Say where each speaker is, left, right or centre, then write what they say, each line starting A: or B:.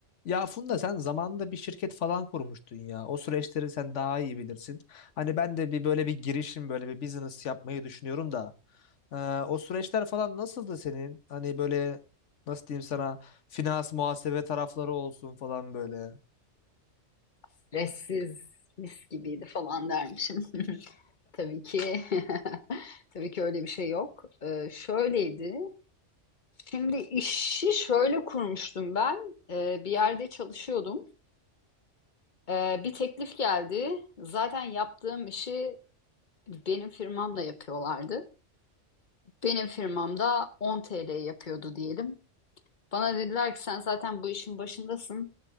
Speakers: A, on the left (about 70°); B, on the left (about 40°).
A: Ya Funda sen zamanında bir şirket falan kurmuştun ya. O süreçleri sen daha iyi bilirsin. Hani ben de bir böyle bir girişim böyle bir business yapmayı düşünüyorum da. Ee, o süreçler falan nasıldı senin? Hani böyle nasıl diyeyim sana finans muhasebe tarafları olsun falan böyle.
B: stressiz, mis gibiydi falan dermişim. <laughs> Tabii ki <laughs> tabii ki öyle bir şey yok. Ee, şöyleydi. Şimdi işi şöyle kurmuştum ben. Ee, bir yerde çalışıyordum. Ee, bir teklif geldi. Zaten yaptığım işi benim firmamla yapıyorlardı. Benim firmamda 10 TL yapıyordu diyelim. Bana dediler ki sen zaten bu işin başındasın.